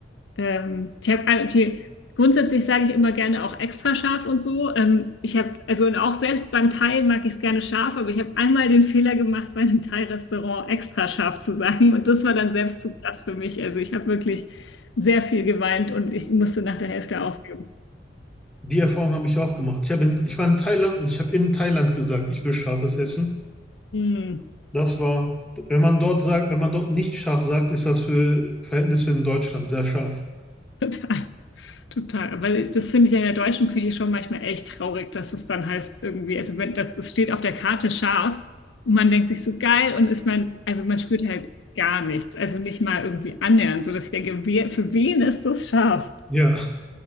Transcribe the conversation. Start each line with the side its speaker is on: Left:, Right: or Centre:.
Left: Ähm, ich habe, okay, grundsätzlich sage ich immer gerne auch extra scharf und so. Ähm, ich habe, also und auch selbst beim Thai mag ich es gerne scharf, aber ich habe einmal den Fehler gemacht, bei einem Thai-Restaurant extra scharf zu sagen. Und das war dann selbst zu krass für mich. Also ich habe wirklich sehr viel geweint und ich musste nach der Hälfte aufgeben.
Centre: Die Erfahrung habe ich auch gemacht. Ich habe in, ich war in Thailand und ich habe in Thailand gesagt, ich will scharfes Essen.
Left: Hm,
Centre: Das war, wenn man dort sagt, wenn man dort nicht scharf sagt, ist das für Verhältnisse in Deutschland sehr scharf.
Left: <laughs> total. Total, weil das finde ich ja in der deutschen Küche schon manchmal echt traurig, dass es dann heißt irgendwie, also wenn das, das steht auf der Karte scharf und man denkt sich so geil und ist man, also man spürt halt gar nichts, also nicht mal irgendwie annähernd, so dass ich denke, wer, für wen ist das scharf?
Centre: Ja,